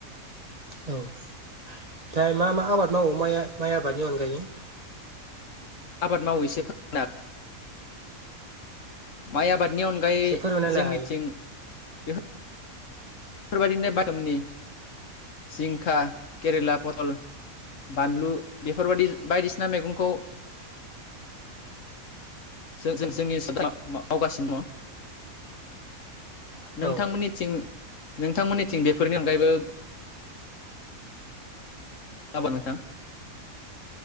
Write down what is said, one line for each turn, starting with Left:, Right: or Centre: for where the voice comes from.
Right: औ ओमफाय मा मा आबाद मावो माय माइ आबादनि अनगायै?
Left: आबाद मावैसो <unintelligible> माय आबाद‌ नि अनगायै
Right: एसे फोरमायनायलाय
Left: जोंनिथिं।
Right: हायो
Left: <unintelligible> बेफोरबायदिनो बादामनि जिंखा केरेला। फथल बानलु बेफोरबायदि बायदिसिना मैगंखौ जोंनि ओनसोलाव <unintelligible> मावगासिनो दङ। नोंथांमोननिथिं।
Right: औ
Left: नोंथांमोननिथिं बेफोरनि अनगायैबो। <unintelligible> नोंथां